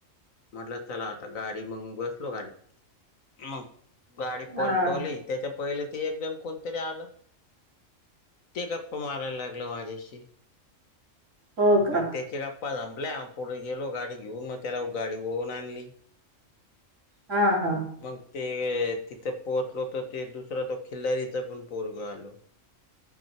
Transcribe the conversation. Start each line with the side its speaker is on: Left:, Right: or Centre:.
Left: म्हटलं चला आता गाडी मग बसलो गाडीत. मग गाडी
Right: हा
Left: पलटवली त्याच्या पहिले ते एक जण कोणतरी आलं. ते गप्पा मारायला लागलं माझ्याशी.
Right: हो का
Left: त्याचे गप्पा संपल्या. पुढे गेलो गाडी घेऊन मग त्याला गाडी वळळून आणली.
Right: हा हा.
Left: मगं ते तिथं पोहोचलो तर ते दुसरा तो खिल्लारीचा पण पोरग आलं.